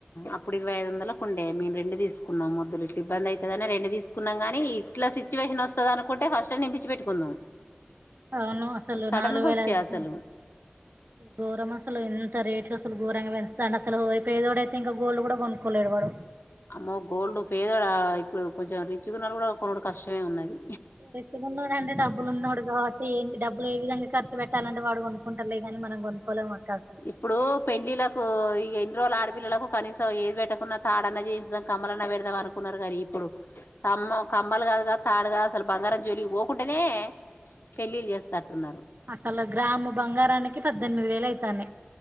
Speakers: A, on the left; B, on the right.
A: అప్పు ఇరవైఐదు వందలకు ఉండే మేము రెండు తీసుకున్నాం మొద్దులు ఇట్లా ఇబ్బంది అవుతుందని, రెండు తీసుకున్నాం, తిసుకున్నాం కాని ఇట్లా సిచ్యువేషన్ వస్తుంది, అనుకుంటే ఫస్ట్ నిపించి పెట్టుకుందాం.
B: <unintelligible> అవును అసలు
A: సడన్
B: నాలుగు
A: గా
B: వేలఐదువందలు
A: వచ్చాయి అసలు
B: అనుకుంటే గోరం అసలు ఎంత రేట్లు, అసలు ఘోరంగా పెంచూతండు అసలు పేదోడు, అయితే ఇంకా గోల్డ్ కూడా కొనుక్కకోలేడు వాడు,
A: అమ్మో గోల్డ్ పేదడా ఇప్పుడు కొంచెం, రిచ్ గా ఉన్నోడు కూడా కొనుడు కష్టమే ఉన్నది.
B: రిచ్ గా ఊనోడు, అండి డబ్బులు ఉన్నాడు, కాబట్టి ఏంటి డబ్బులు ఏ విధంగా ఖర్చ పెట్టాలంటే, వాడు కొనుకుంటారులే కానీ మనం కొనుక్కోలేం అక్క అసలు
A: ఇప్పుడు పెళ్లి లకు ఇ ఎన్ని రోజులు ఆడు పిల్లలకు కనీసం ఏది పెట్టకున్నా తాడన్నా చేయించూదాం, కమ్మలన్నా పెడదాం అనుకున్నారు, కానీ ఇప్పుడు కామ కమ్మలు కాదుగా తాడు కాదా అసలు బంగారం జోలి పోకుంటేనే పెళ్ళిళ్ళ చేస్తేట్టున్నారు,
B: అసలు గ్రాము బంగారానికి పద్దెనిమిది వేలు అయితానే